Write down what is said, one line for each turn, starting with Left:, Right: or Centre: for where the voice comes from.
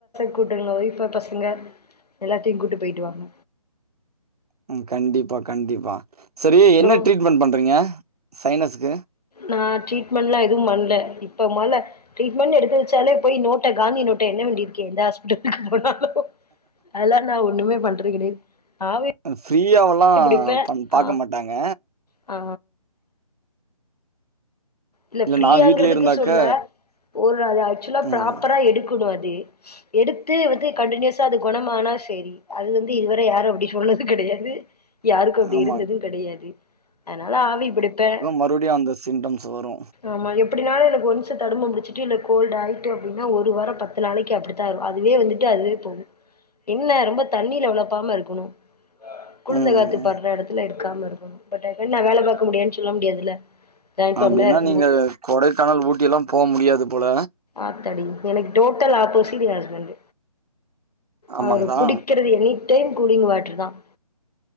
Left: கூட்டனுங்க வைஃப பசங்க எல்லாத்தையு கூட்டு போய்ட்டு வாங்க
Right: ம் கண்டிப்பா கண்டிப்பா சரி
Left: அப்றோ
Right: என்ன ட்ரீட்மெண்ட் பண்றீங்க சைனஸ்க்கு
Left: நா ட்ரீட்மெண்ட்லா எதுவு பண்ல இப்ப மழ ட்ரீட்மண் எடுத்துவெச்சாலே போய் நோட்ட காந்தி நோட்ட எண்ண வேண்டி இருக்கே எந்த ஹாஸ்பிடல்கு போனாலு அதெல்லா நா ஒண்ணுமே பண்ற கெடையு ஆவி
Right: அ ஃப்ரீயாவுல்லா
Left: புடிப்பே
Right: பண் பாக்க
Left: ஆ
Right: மாட்டாங்க
Left: ஆ இல்ல ஃப்ரீயாங்கறதுக்கு
Right: நா வீட்லயே இருந்தாக்க
Left: சொல்ல ஒரு அது ஆக்சுவலா ப்ராப்பரா
Right: ம்
Left: எடுக்கணும் அது எடுத்து வந்து கண்டடினியூஸா அது குணமானா செரி அது வந்து இதுவர யாரும் அப்டி சொல்றது கெடையாது யாருக்கும் அப்டி
Right: ஆமா
Left: இருந்ததும் கெடையாது அதனால ஆவி பிடிப்பேன்
Right: மறுபடியும் அந்த சீ சிம்டம்ஸ் வரூ
Left: ஆமா எப்டினாலூ எனக்கு ஒ ஒருச தடுமம்புடிச்சட்டு இல்ல கோல்டு ஆயிட்டு அப்டின்னா ஒரு வாரம் பத்து நாளைக்கு அப்டி அதுவே வந்துட்டு அதுவே போகும் என்ன ரொம்ப தண்ணீல வெளப்பாம இருக்கணும் கொழுந்த
Right: ம்
Left: எல்லாத்து படுற இடத்துல இருக்கு க்காம் இருக்கணு பட் ஐ <unintelligible> நா வேலை பாக்க முடியுனு சொல்ல முடியாதுல ஜாயின்
Right: அப்டின்னா
Left: ஃபேம் வேற இருக்
Right: நீங்க கொடைக்கானல் ஊட்டி எல்லாம் போக முடியாது போல
Left: அத்தாடி எனக்கு டோட்டல் ஆப்போசிட் எ ஹஸ்பண்ட்
Right: ஆமாங்களா
Left: அவரு குடிக்கிறது எனி டைம் கூலிங் வாட்டர் தான்